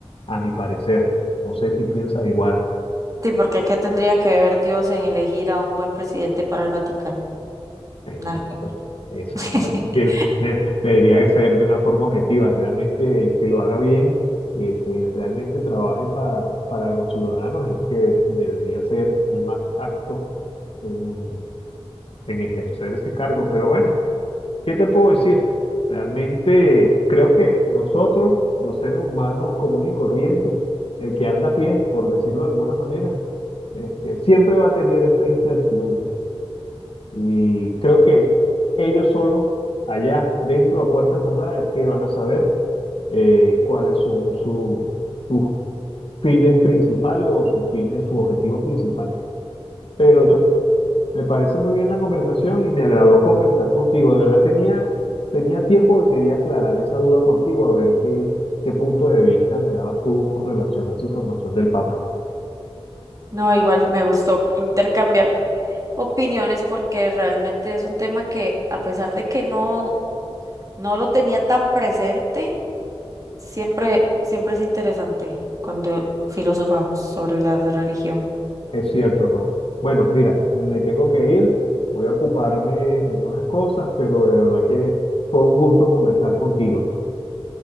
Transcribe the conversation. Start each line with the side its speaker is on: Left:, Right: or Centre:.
Left: a mi parecer. No sé si piensas igual.
Right: Sí, porque ¿qué tendría que ver Dios en elegir a un buen presidente para el Vaticano?
Left: Exacto,
Right: Nada. que-
Left: exacto.
Right: ver. <laughs>
Left: Tiene- <laughs> Debería ser de una forma objetiva, realmente el que lo haga bien y el que realmente trabaje pa- para los ciudadanos es el que debería ser el más apto en, en ejercer ese cargo. Pero bueno, ¿qué te puedo decir? Realmente creo que nosotros, los seres humanos comunes y corrientes, el que anda a pie, por decirlo de alguna manera, este, siempre va a tener esta incertidumbre. Y creo que ellos solos, allá, dentro a puerta cerrada, es que van a saber eh, cuáles son su- sus fines principales o sus fines, sus objetivos principales. Pero yo, me parece muy bien la conversación y me agradó conversar contigo. De verdad tenía, tenía tiempo que quería aclarar esa duda contigo, a ver qué, qué punto de vista me dabas tú con relación a esa información del Papa.
Right: No, igual me gustó intercambiar opiniones porque realmente es un tema que a pesar de que no no lo tenía tan presente, siempre siempre es interesante cuando filosofamos sobre la religión.
Left: Es cierto, Rob. Bueno, mira, me tengo que ir, voy a ocuparme en unas cosas, pero de verdad que fue un gusto conversar contigo.